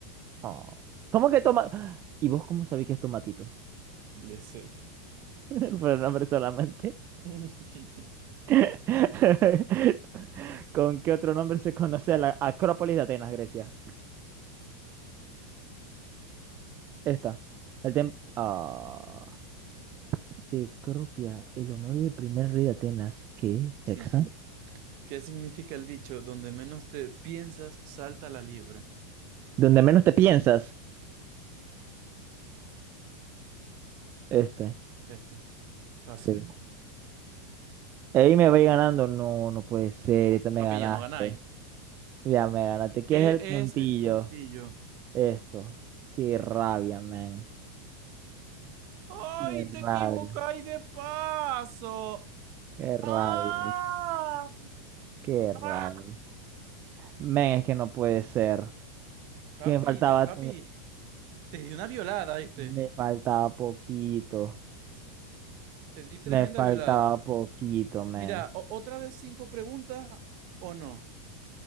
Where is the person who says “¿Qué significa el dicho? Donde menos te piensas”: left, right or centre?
Right